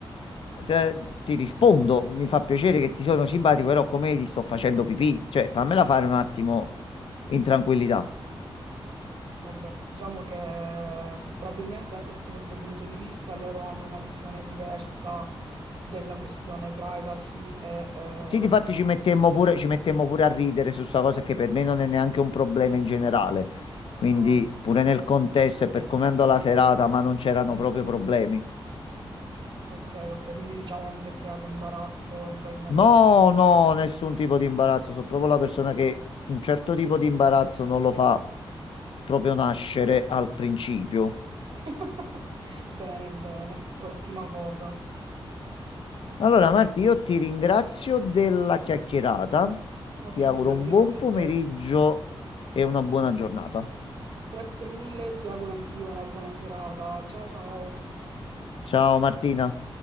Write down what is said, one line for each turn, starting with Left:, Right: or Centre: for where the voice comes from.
Left: te- ti rispondo, mi fa piacere che ti sono simpatico, però come vedi sto facendo pipì, cioè fammela fare un attimo in tranquillità.
Right: Vabbè, diciamo che probabilmente anche sotto questo punto di vista loro hanno una visione diversa della questione privacy e eh,
Left: Sì, difatti ci mettemmo pure, ci mettemmo pure a ridere su sta cosa che per me non è neanche un problema in generale. Quindi
Right: no.
Left: pure nel contesto e per come andò la serata, ma non c'erano proprio problemi.
Right: Ok, ok, quindi diciamo non si è creato imbarazzo in quel momento.
Left: No, no, nessun tipo di imbarazzo. Sono proprio la persona che un certo tipo di imbarazzo non lo fa proprio nascere al principio.
Right: <laughs> Bene, bene, ottima cosa.
Left: Allora, Marti, io ti ringrazio della chiacchierata.
Right: No,
Left: Ti
Right: figurati,
Left: auguro un
Right: grazie
Left: buon pomeriggio
Right: a te.
Left: e una buona giornata.
Right: Grazie mille, ti auguro anch'io una buona serata. Ciao ciao.
Left: Ciao Martina.